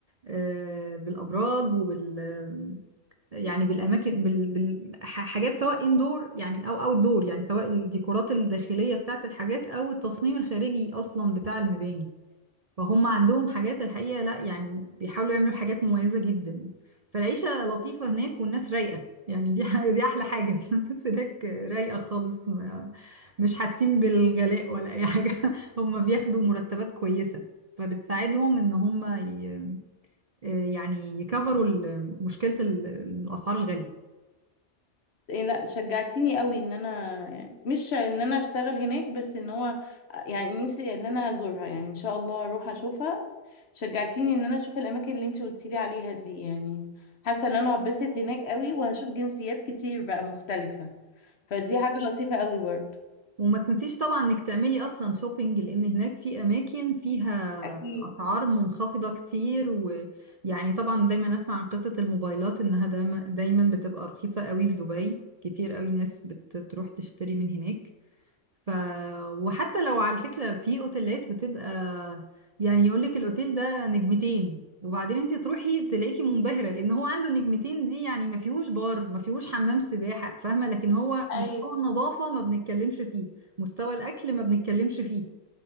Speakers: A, on the right; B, on the left.
A: آه، بالابراج وبال يعني بالاماكن بال... بال... ح- حاجات سواء اندور يعني او اوت دور يعني سواء الديكورات الداخليه بتاعت الحاجات او التصميم الخارجي اصلا بتاع المباني فهم عندهم حاجات الحقيقه لا يعني بيحاولوا يعملوا حاجات مميزه جدا فالعيشه لطيفه هناك والناس رايقه يعني دي ح- دي احلى حاجه <laughs> الناس هناك رايقه خالص ما... مش حاسين بالغلاء ولا اي حاجه <laughs> هم بياخدوا مرتبات كويسه فبتساعدهم ان هم ي... آه، يعني يكفروا مشكله ال- الاسعار الغاليه
B: إيه لا شجعتيني قوي ان انا يعني مش ان انا اشتغل هناك بس ان هو يعني نفسي ان انا هزورها يعني ان شاء الله اروح اشوفها شجعتيني ان انا اشوف الاماكن اللي انتي قلتيلي عليها دي يعني حاسة ان انا هتبسط هناك قوي وهشوف جنسيات كتير بقى مختلفة فدي حاجة لطيفة قوي برضو
A: وما تنسيش طبعا انك تعملي اصلا شوبينج لان هناك في اماكن فيها
B: أكيد
A: اسعار منخفضة كتير ويعني طبعا دايما اسمع عن قصة الموبايلات انها دايما دايما بتبقى رخيصة قوي في دبي كتير قوي ناس بتروح تشتري من هناك ف وحتى لو على فكرة في اوتيلات بتبقى يعني يقولك الاوتيل ده نجمتين وبعدين انت تروحي تلاقيكي منبهرة لان هو عنده نجمتين دي يعني ما فيهوش بار ما فيهوش حمام سباحة فاهمة لكن هو
B: أيوة
A: مستوى النظافة ما بنتكلمش فيه مستوى الاكل ما بنتكلمش فيه